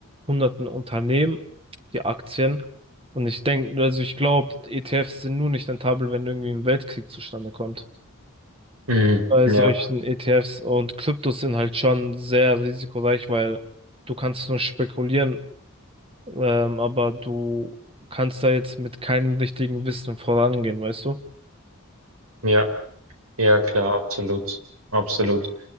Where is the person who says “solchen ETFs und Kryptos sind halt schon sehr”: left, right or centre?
Right